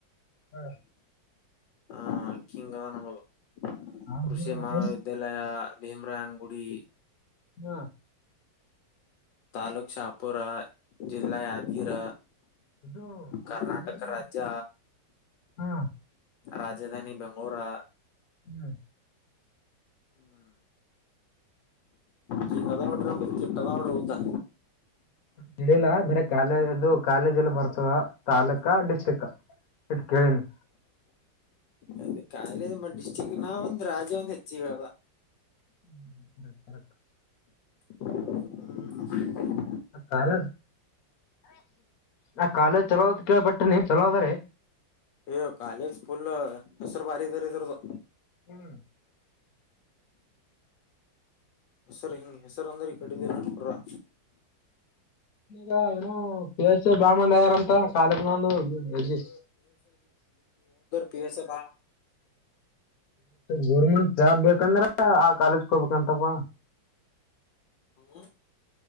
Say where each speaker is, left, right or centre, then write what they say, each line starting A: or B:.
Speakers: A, on the left (about 55°); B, on the left (about 75°).
A: ಹ್ಮ
B: ಹ ಹಿಂಗದ ನಗದು
A: ಆಡ್ಬುರ
B: ಕೃಷಿ ಮಹಾವಿದ್ಯಾಲಯ.
A: ಏನ್
B: ಭೀಮ್ರನ್ ಗುಡಿ.
A: ಹಾ
B: ತಾಲೂಕ್ ಶಾಪುರ ಜಿಲ್ಲಾ ಯಾದಗಿರ.
A: ಇದು
B: ಕರ್ನಾಟಕ
A: ಆ ಕಾಲೇಜ
B: ರಾಜ್ಯ
A: ಹಾ.
B: ರಾಜಧಾನಿ ಬೆಂಗಳೂರು.
A: ಹ್ಮ್
B: ಹ್ಮ್ ಚಿನ್ನದ ಮಾಡಡ್ರದ ಮಾಡಡ್ರ ಹೌದಾ.
A: ಹೇಳಿಲ್ಲ ಬರ ಕಾಲೇ ಅದು ಕಾಲೇಜ್ ಎಲ್ಲ ಬರ್ತವ ತಾಲೂಕ ಡಿಸ್ಟ್ರಿಕ್ ಇತ್ ಕೇಳಿನಿ
B: ಅ ಕಖಿಲೆ ಡಿಸ್ಟ್ರಿಕ್ ನಾವ ಒಂದ ರಾಜ್ಯ ಒಂದು ಹೆಚ್ಚಿಗಳವ
A: ಹ್ಮ ಹ್ಮ ರ್ ರಕ್
B: ಹ್ಮ
A: ಹ ಕಾಲ ನಾ ಕಾಲೇಜ್ ಚಲೋದ ಕೇಳಬಟ್ಟನೆಿ ಚಲೋದ ರ
B: ಯ ಕಾಲೇಜ್ ಫುಲ್ ಹೆಸರು ಬಾರಿ ಇದಾರ ಇದ್ರದದು
A: ಹ್ಮ್
B: ಹೆಸರು ಹಿಂಗ ಹೆಸರು ಅಂದ್ರ ಕಡಿರ್ರಾ
A: ಕಾಲ ವವಸ ಬಾಮಂದ ಯಾರಂತ ಕಾಲದನ ಒಂದು ಹೆಿ
B: ಪಿವ ಬ
A: ಗೋರ್ಮೆಂಟ್ ಜಾಬ್ ಬೇಕಂದ್ರ ಆ ಕಾಲೇಜ್ಗೆ ಹೋಗಬೇಕಂತಪ್ಪ
B: ಹಾ